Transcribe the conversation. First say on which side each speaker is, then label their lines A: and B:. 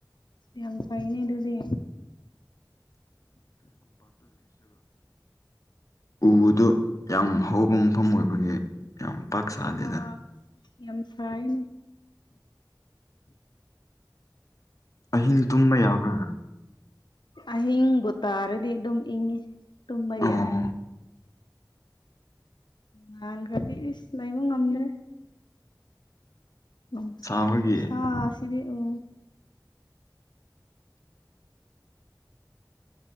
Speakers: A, on the left; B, on the left.
A: ꯌꯥꯝ ꯐꯥꯏꯩꯅꯔꯗꯤꯦ
B: ꯎꯗꯣ ꯌꯥꯝ ꯍꯥꯎꯕ ꯃꯐꯝ ꯑꯣꯏꯕꯒꯤ ꯌꯥꯝ
A: <unintelligible>
B: ꯄꯥꯛ ꯁꯥꯗꯦꯗ
A: ꯍꯥꯏꯅꯤ
B: ꯑꯍꯤꯡ ꯇꯨꯝꯕ ꯌꯥꯕ
A: ꯑꯍꯤꯡꯕꯨ ꯇꯥꯔꯗꯤ ꯑꯗꯨꯝ ꯏꯪꯉꯤ ꯇꯨꯝꯕ
B: ꯑꯣ
A: ꯌꯥꯏ ꯉꯥꯟꯈ꯭ꯔꯗꯤ ꯏꯁ ꯂꯩꯕ ꯉꯝꯗ꯭ꯔꯦ ꯎꯝ
B: ꯁꯥꯕꯒꯤ
A: ꯁꯥꯁꯤꯗꯤꯦ ꯎ